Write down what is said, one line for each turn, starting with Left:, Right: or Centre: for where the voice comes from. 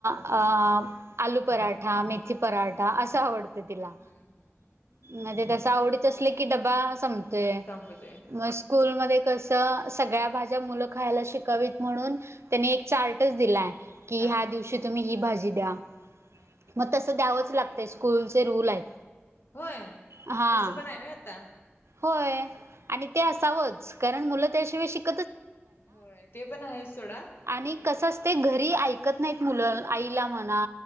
Right: अ आलू पराठा, मेथी पराठा असा आवड तिला.
Left: हम्म हम्म.
Right: म्हणजे तस आवडीच असले की डबा संपतोय.
Left: संपत.
Right: मग स्कूलमध्ये कस त सगळ्या भाज्या मुलं खायला शिकावीत म्हणून, त्यांनी एक चार्टच दिलाय. की
Left: हा.
Right: ह्या दिवशी तुम्ही ही भाजी द्या.
Left: हा हा
Right: मग
Left: हा.
Right: तसं द्यावंच लागत. ते स्कूलचे रूल आहेत.
Left: होय?
Right: हा
Left: तसं पण आहे व्हय आता?
Right: होय आणि
Left: हा.
Right: ते असावंच. कारण मुलं त्याशिवाय शिक
Left: होय ते पण आहेच सोडा.
Right: आणि कसं असते, घरी ऐकत नाहीत मुलं. आईला म्हणा